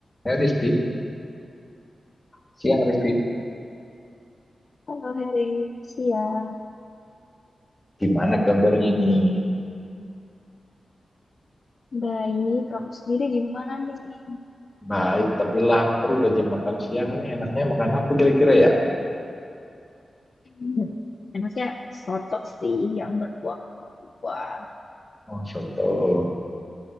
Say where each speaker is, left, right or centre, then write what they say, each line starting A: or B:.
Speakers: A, on the left; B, on the left.
A: Eh, Rizky, siang Rizky.
B: Halo Heri, siang.
A: Gimana kabarnya nih?
B: Baik, kamu sendiri gimana nih?
A: Baik, tapi lapar udah jam makan siang nih. Enaknya makan apa kira-kira ya?
B: Hmm, Enaknya soto sih yang berkuah-kuah.
A: Oh, soto.